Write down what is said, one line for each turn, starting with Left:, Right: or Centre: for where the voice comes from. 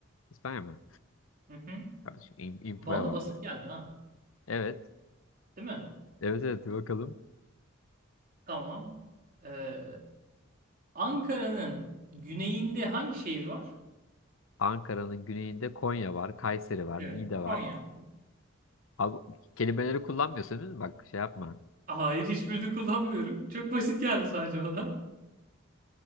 Left: İspanya mı?
Right: Hı hı.
Left: Kardeşim in- infoya
Right: Bana da
Left: bak
Right: basit
Left: be.
Right: geldi ha.
Left: Evet.
Right: Değil mi?
Left: Evet evet bir bakalım.
Right: Tamam. Ee, Ankara'nın güneyinde hangi şehir var?
Left: Ankara'nın güneyinde Konya var, Kayseri var,
Right: Evet.
Left: Niğde var.
Right: Konya.
Left: Abi, kelimeleri kullanmıyorsun değil mi? Bak şey yapma.
Right: Hayır, hiçbirini kullanmıyorum. Çok basit geldi sadece bana.